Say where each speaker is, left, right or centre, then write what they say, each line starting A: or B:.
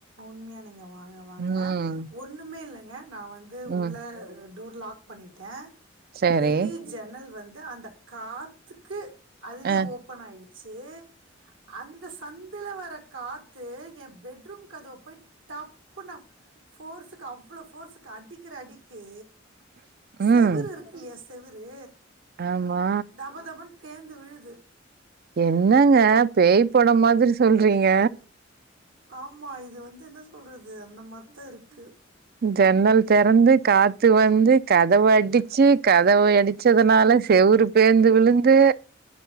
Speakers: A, on the right; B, on the right.
A: உண்மையா நீங்க வாங்க வாங்க
B: ம்
A: ஒண்ணுமே இல்லங்க நா வந்து
B: ம்
A: உள்ள டோர் லாக் பண்ணிட்டே
B: சரி
A: வெளிய ஜன்னல் வந்து அந்த காத்துக்கு அதுவே
B: அ
A: ஓப்பன் ஆயிடுச்சீ அந்த சந்துல வரக் காத்து ஏ பெட்ரூம் கதவப்போய் டப்புனு போர்ஸுக்கு அவ்வளோ போர்ஸுக்கு அடிக்கிற அடி கீ செவுரு
B: ம்
A: இருக்குல்லையா செவுரூ
B: ஆமா
A: தபதபன் பேந்து விழுது
B: என்னங்க பேய் படோ மாதிரி சொல்றீங்க
A: ஆமா இத வந்து என்ன சொல்றது அந்த மாரிதா இருக்கு
B: ஜன்னல் தெறந்து காத்து வந்து கதவ அடிச்சி கதவை அடி ச்சதுனால செவுரு பேந்து விழுந்தூ